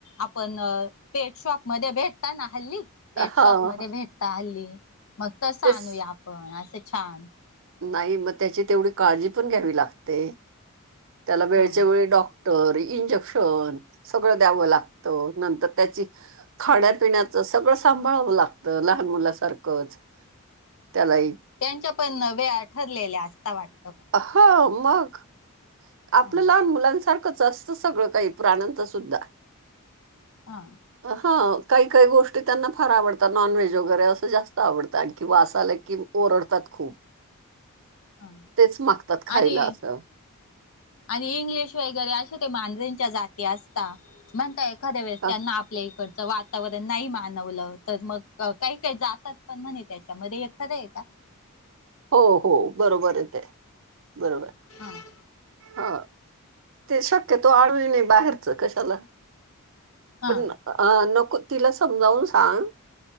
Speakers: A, on the left; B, on the right.
A: आपण पेट शॉप मध्ये भेटता ना, हल्ली. पेट
B: हा
A: शॉप मध्ये भेटता हल्ली मग, तसं
B: तेच
A: आणूया आपण असं छान.
B: नाही, मग त्याची तेवढी काळजी पण घ्यावी लागते त्याला वेळच्या
A: हा
B: वेळी डॉ इंजेक्शन सगळं द्यावं लागत नंतर त्याची खाण्या पिण्याचं सगळं सांभाळावं लागतं लहान मुला सारखंच. त्याला
A: त्यांच्या पण वेळा ठरलेल्या असता वाटत.
B: ह मग आपलं
A: ह
B: लहान मुलांसारखंच असत. अस सगळं काही प्राण्यांच सुध्दा.
A: हा.
B: हा काही काही गोष्टी त्यांना फार आवडतात, नॉनव्हेज वगैरे असं जास्त आवडतं आगदी वास आला की ओरडतात खूप.
A: ह
B: तेच मागतात खायला
A: आणि
B: असं.
A: आणि इंग्लिश वगैरे, अशे ते मांजरीच्या जाती असता म्हणता एखाद्या वेळेस
B: अ,
A: त्यांना आपल्या इकडचं वात वातावरण नाही मानवलं तर, मग काही काही जातात पण म्हणे त्याच्यामध्ये खरं आहे का
B: हो, हो बरोबर आहे ते, बरोबर.
A: हां.
B: हा. ते शक्यतो आळवि नाही बाहेरच कशाला,
A: हा
B: पण. अ नको तिला समजावून सांग